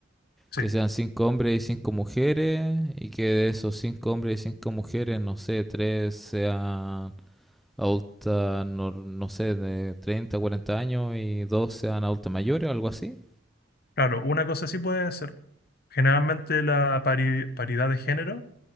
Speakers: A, on the left (about 50°); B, in the centre.
A: Sí,
B: que sean cinco hombres y cinco mujeres y que de esos cinco hombres y cinco mujeres, no sé, tres sean adultas, no, no sé, de 30, 40 años y dos sean adultas mayores o algo así.
A: claro, una cosa sí puede ser. Generalmente la pari- paridad de género